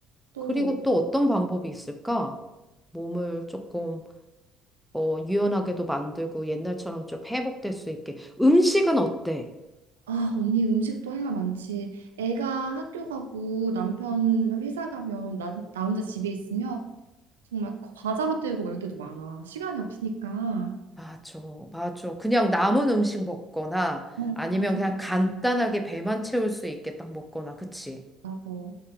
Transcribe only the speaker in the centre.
그리고 또 어떤 방법이 있을까? 몸을 조금 어, 유연하게도 만들고 옛날처럼 좀 회복될 수 있게. 음식은 어때?
맞아, 맞아. 그냥 남은 음식 먹거나
아니면
그냥
간단하게 배만 채울 수 있게 딱 먹거나, 그치?